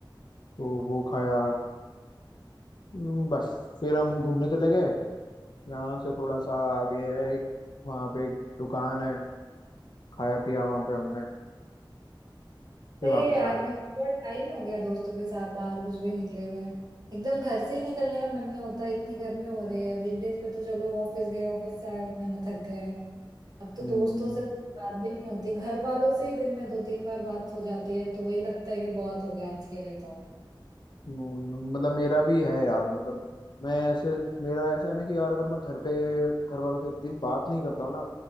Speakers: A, on the left; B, on the right.
A: तो वो खाया हम्म, बस फिर हम घूमने चले गए यहाँ से थोड़ा सा आगे है एक वहाँ पे एक दुकान है खाया पिया वहाँ पे हमने फिर
B: सही
A: वापस
B: है यार
A: आ
B: मेरे
A: गए
B: को बहुत टाइम हो गया दोस्तों के साथ बाहर कुछ भी निकले हुए एकदम घर से ही निकलने का मन नहीं होता इतनी गर्मी हो रही है वीकडेज पे तो चलो ऑफिस गए ऑफिस से आए उतने में थक गए अब तो
A: हम्म
B: दोस्तों से उतनी बात भी नहीं होती घर वालों से ही दिन में दो तीन बार बात हो जाती है तो वही लगता है कि बहुत हो गया आज के लिए तो
A: हम्म, मतलब मेरा भी है यार मतलब मैं ऐसे मेरा ऐसा है ना कि यार अगर मैं घर पे घर वालों से एक दिन बात नहीं करता हूँ ना